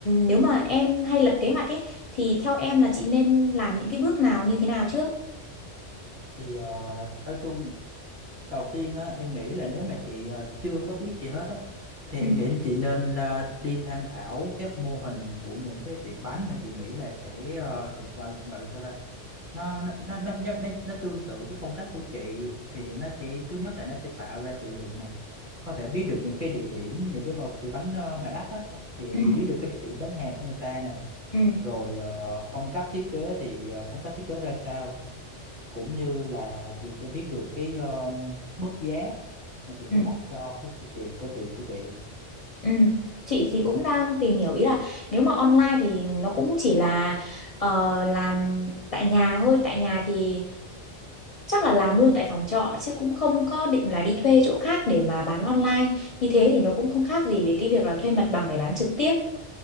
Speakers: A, on the left; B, on the right.
A: nếu mà em hay lập kế hoạch ấy thì theo em là chị nên làm những cái bước nào như thế nào trước
B: Thì ờ, nói chung đầu tiên á em nghĩ là nếu mà chị ờ, chưa có biết gì hết á thì
A: Ừ,
B: em nghĩ chị nên là đi tham khảo các mô hình của những cái tiệm bánh mà chị nghĩ là sẽ ờ, sự co- gọi là sao ta nó nó nó nó nó, nó nó tương tự cái phong cách của chị thì nó sẽ thứ nhất là nó sẽ tạo ra chị được nè có thể biết được những cái địa điểm những cái mà tiệm bánh ờ, mà đắt á thì
A: ừ,
B: chị biết được cái địa điểm bán hàng của người ta nè
A: ừ,
B: rồi ờ, phong cách thiết kế thì ờ, phong cách thiết kế ra sao cũng như là chị sẽ biết được cái ờ, mức giá mà chị sẽ
A: ừ.
B: đặt cho cái cửa tiệc cửa tiệc của chị
A: Ừ, chị thì cũng đang tìm hiểu ý là nếu mà online thì nó cũng chỉ là ờ, làm tại nhà thôi tại nhà thì chắc là làm luôn tại phòng trọ chứ cũng không có định là đi thuê chỗ khác để mà bán online như thế thì nó cũng không khác gì với cái việc là thuê mặt bằng để bán trực tiếp